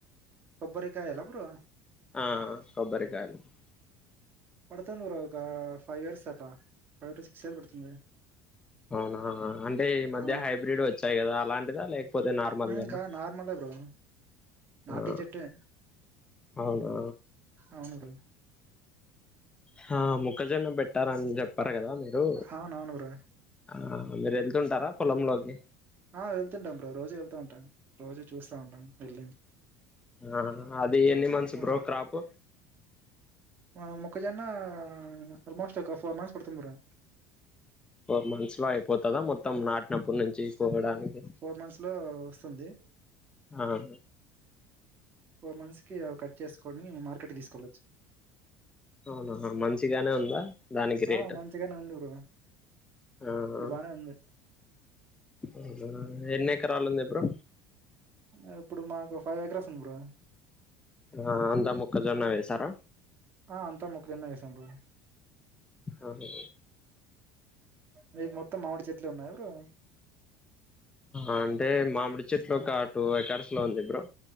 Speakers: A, on the right (about 35°); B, on the left (about 15°).
A: కొబ్బరికాయలా బ్రో
B: ఆ కొబ్బరి. జ. <unintelligible>
A: పడతా <unintelligible> బ్రో ఒక ఫైవ్ ఇయర్స్ అట్లా, లేకపోతే సిక్స్ ఇయర్స్ పడుతుంది.
B: అవునా అంటే ఈ మధ్య
A: ఆ,
B: హైబ్రిడ్ వచ్చాయి కదా, అలాంటిదా లేకపోతే నార్మల్దేనా,
A: ఇంకా నార్మలే బ్రో నాటి
B: ఆ
A: చెట్టే
B: అవునా.
A: అవును బ్రో
B: హా మొక్కజొన్న బేట్టార్ అని జెప్. <unintelligible> గారా మీరు.
A: అవునవును బ్రో
B: ఆ మీర్ ఎళ్తుంటారా, పొలంలోకి.
A: ఆ వెళ్తుంటా బ్రో, రోజు వెళ్తూ ఉంటాను, రోజు చూస్తా ఉంటాను వెళ్ళి.
B: ఆ అది ఎన్ని మంత్స్
A: వా-
B: బ్రో క్రాపు.
A: ఆ మొక్కజొన్న ఆల్మోస్ట్ ఒక ఫోర్ మంత్స్. పడుతుంది బ్రో
B: ఫోర్ మంత్స్ లో అయిప్. పోతదా మొత్. మొత్తం నాటినప్పటి నుంచి, పోవడానికి
A: ఫోర్ మంత్స్ లో వస్తుంది
B: ఆహా.
A: ఫోర్ మంత్స్ కి కట్ చేసుకొని, మార్కెట్ తీసుకెళ్ళొచ్చు.
B: అవునా మంచిగానే ఉందా, దానికి రేటు
A: ఆ, మంచిగానే ఉంది బ్రో
B: ఆహా.
A: ఇప్పుడు బానే ఉంది
B: అవునా ఎన్ని ఎకరాలు ఉంది. బ్రో
A: ఆ ఇప్పుడు మాకు. Five acres. ఉంది బ్రో
B: ఆ అంతా మొక్కజొన్న వేసారా.
A: ఆ, అంతా <unintelligible>
B: ఆహా.
A: మీకు మొత్తం మామిడి చెట్లే ఉన్నాయా బ్రో.
B: అంటే మామిడి చెట్లు
A: ఆ,
B: ఒక టూ ఎకర్స్ లో ఉంది బ్రో.